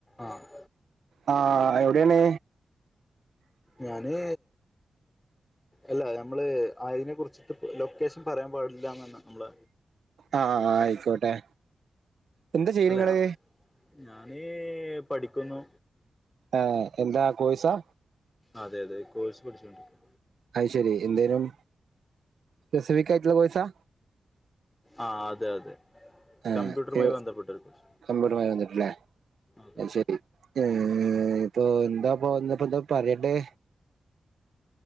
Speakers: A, on the left; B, on the right.
A: ആഹ്
B: ആ എവിടെയാണ്
A: ഞാന് അല്ല നമ്മള് അതിനെ കുറിച്ചിട്ട് ലൊക്കേഷൻ പറയാൻ പാടില്ലാന്നാണ് നമ്മള
B: ആഹ് ആഹ് ആയിക്കോട്ടെ എന്താ ചെയ്യ
A: അല്ലേ
B: നിങ്ങള്
A: ഞാന് പഠിക്കുന്നു
B: ആഹ് എന്താ കോഴ്‌സാ
A: അതെ അതെ കോഴ്സ് പഠിച്ചുകൊണ്ടിരിക്കുക
B: അത് ശരി എന്തേലും സ പെസിഫിക് ആയിട്ടുള്ള കോഴ്സാ
A: ആഹ് അതെ അതെ
B: ആഹ്
A: കമ്പ്യൂട്ടറുമായി
B: ഈവ്
A: ബന്ധപ്പെട്ടൊരു കോഴ്സ്
B: കമ്പ്യൂട്ടുമായി ബന്ധപ്പെട്ടല്ലേ
A: അതെ
B: അത് ശരി ഏഹ് ഇപ്പോ എന്താ പോന്ന പ്പൊ എന്താ പറയണ്ടെ